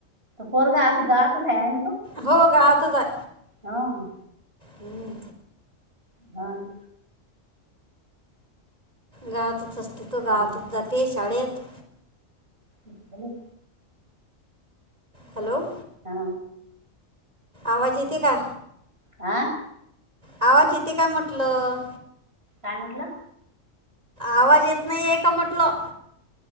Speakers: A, on the right; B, on the right.
A: पोरगा अती गावातच आहेय ना तो?
B: हो गावातच आहे.
A: हां.
B: हम्म.
A: हा न.
B: गावातच असतो तो. गावातच
A: हो
B: जातो शाळेत.
A: झालं.
B: हॅलो.
A: हा.
B: आवाज येते का?
A: आं?
B: आवाज येते काय म्हटलं.
A: काय म्हटल?
B: आवाज येत नाहिए का म्हटलं.